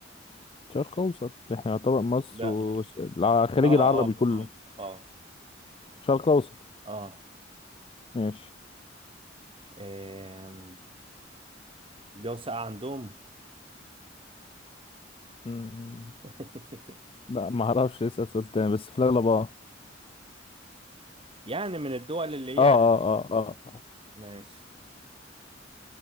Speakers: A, on the left; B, on the right.
A: شرق اوسط احنا يعتبر مصر
B: لا
A: والخليج
B: اه
A: العربي
B: اه
A: كله
B: اه اه
A: شرق اوسط
B: اه
A: ماشي
B: إيه جو ساقع عندهم
A: مم.
B: <laughs>
A: لا ما اعرفش اسأل سؤال تاني بس في الاغلب اه
B: يعني من الدول اللي
A: اه اه
B: هي
A: اه اه آه.
B: ماشي